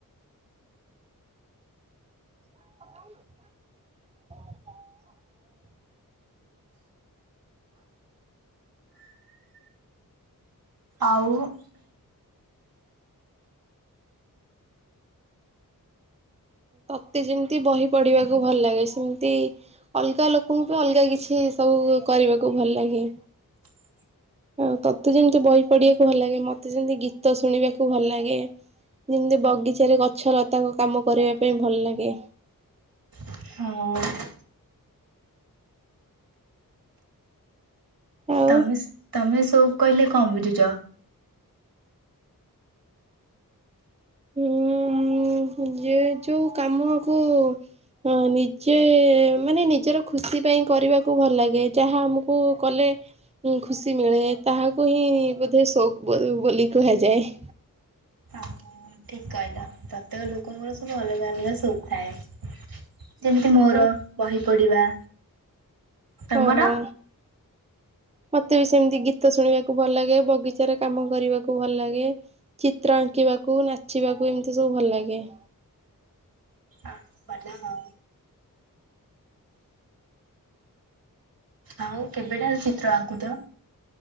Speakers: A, on the right; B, on the right.
A: <inaudible>
B: ଆଉ <inaudible>
A: ତତେ ଯେମିତି ବହି ପଢିବାକୁ ଭଲ ଲାଗେ ସେମିତି ଅଲଗା ଲୋକଙ୍କୁ ବି ଅଲଗା କିଛି ସବୁ କରିବାକୁ ଭଲ ଲାଗେ।
B: <inaudible>
A: ଆଉ ତତେ ଯେମିତି ବହି ପଢିବାକୁ ଭଲ ଲାଗେ ମତେ ଯେମତି ଗୀତ ଶୁଣିବାକୁ ଭଲ ଲାଗେ। ଯେମିତି ବଗିଚାରେ ଗଛ ଲତାଙ୍କ କାମ କରିବା ପାଇଁ ଭଲ ଲାଗେ।
B: ହଉ।
A: ଆଉ
B: ତମେ ତମେ ସବୁ କହିଲେ କଣ ବୁଝୁଚ?
A: ହୁଁ। ଯେ ଯୋଉ କାମ ଆକୁ ଅ ନିଜେ ମାନେ ନିଜର ଖୁସି ପାଇଁ କ ରିବାକୁ ଭଲ ଲାଗେ, ଯାହା ଆମକୁ କଲେ ଖୁସି ମିଳେ, ତାହାକୁ ହିଁ ବୋଧେ ସ ସୋକ ବୋଲି କୁହାଯାଏ।
B: ହଁ ହଁ। ଠିକ କହିଲ ପ୍ରତ୍ୟେକ ଲୋକଙ୍କର ସବୁ ଅଲଗା ଅଲଗା ସଉକ ଥାଏ। ଯେମିତି ମୋର
A: ହ
B: ବହି ପଢିବା। ତମର?
A: ଓହୋ। ମତେ ବି ସେମିତି ଗୀତ ଶୁଣିବାକୁ ଭଲ ଲାଗେ, ବଗିଚାରେ କାମ କରିବାକୁ ଭଲ ଲାଗେ ଚିତ୍ର ଆଙ୍କି ବାକୁ ନାଚିବାକୁ ଏମିତି ସବୁ ଭଲ ଲାଗେ।
B: ଆ ଭଲ ଆଉ। ଆଉ କେବେଟାରୁ ଚିତ୍ର ଆଙ୍କୁଚ?